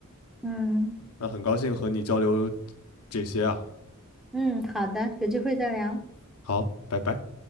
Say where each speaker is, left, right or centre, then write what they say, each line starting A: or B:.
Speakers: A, in the centre; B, on the left.
A: 嗯
B: 那很高兴和你交流这些啊，
A: 嗯，好的，有机会再聊。
B: 好，拜拜。